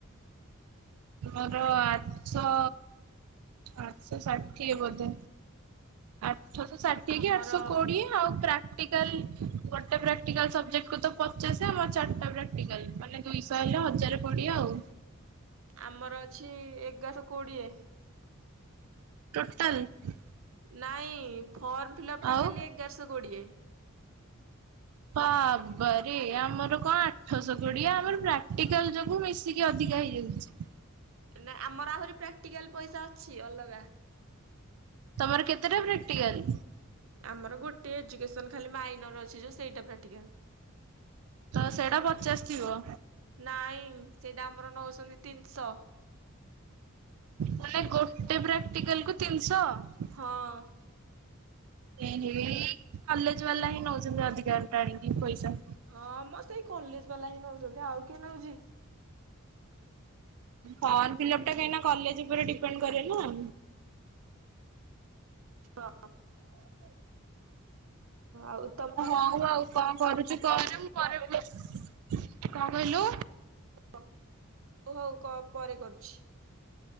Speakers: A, on the right (about 85°); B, on the right (about 65°).
A: ମୋର ଆଠଶହ ଆଠଶହ ଷାଠିଏ ବୋଧେ। ଆଠଶ ଷାଠିଏ
B: ଆମର
A: କି ଆଠଶହ କୋଡିଏ। ଆଉ ପ୍ରାକ୍ଟିକାଲ ଗୋଟେ ପ୍ରାକ୍ଟିକାଲ ସବଜେକ୍ଟକୁ ତ ପଚାଶ ଆ ଚାରିଟା ପ୍ରାକ୍ଟିକାଲ ମାନେ ଦୁଇଶହ ହେଲେ ହଜାର କୋଡ଼ିଏ ଆଉ।
B: ଆମର ଅଛି ଏଗାରଶହ କୋଡିଏ।
A: ଟୋଟାଲ୍?
B: ନାଇଁ ଫର୍ମ ଫିଲପ୍ ଟା
A: ଆଉ
B: ଖାଲି ଏଗାରଶହ କୋଡିଏ।
A: ବାବାରେ ଆମର କଣ ଆଠଶହ କୋଡିଏ ଆମର ପ୍ରାକ୍ଟିକାଲ ଯୋଗୁ ମିଶ ଟିକେ ଅଧିକା ହେଇଯାଉଛି।
B: ନା ଆମର ଆହୁରି ପ୍ରାକ୍ଟିକାଲ ପଇସା ଅଛି ଅଲଗା।
A: ତମର କେତେଟା ପ୍ରାକ୍ଟିକାଲ୍?
B: ଆମର ଗୋଟେ ଏଜୁକେସନ ଖାଲି ମାଇନର ଅଛି ଯୋଉ ସେଇଟା ପ୍ରାକ୍ଟିକାଲ।
A: ତ ସେଇଟା ପଚାଶ ଥିବ।
B: ନାଇଁ ସେଇଟା ଆମର ନଉଛନ୍ତି ତିନିଶହ।
A: ମାନେ ଗୋଟେ ପ୍ରାକ୍ଟିକାଲକୁ ତିନିଶହ।
B: ହଁ।
A: ଏ ହେ କଲେଜ ବାଲା ହିଁ ନଉଛନ୍ତି ଅଧିକା ଟାଣିକି ପଇସା।
B: ହଁ ମ ସେଇ କଲେଜ ବାଲା ହିଁ ନେଉଛନ୍ତି ଆଉ କିଏ ନେଉଛି।
A: ଫର୍ମ ଫିଲପଟା କାଇଁ ନା କଲେଜ ଉପରେ ଡିପେଣ୍ଡ କରେ ନା।
B: <inaudible> ଆଉ ତମ
A: ଓ ହଉ ଆଉ କଣ କରୁଛୁ କରେ ମୁଁ ପରେ <inaudible> କଣ କହିଲୁ?
B: <inaudible> ହଉ ହଉ କ ପରେ କରୁଛି।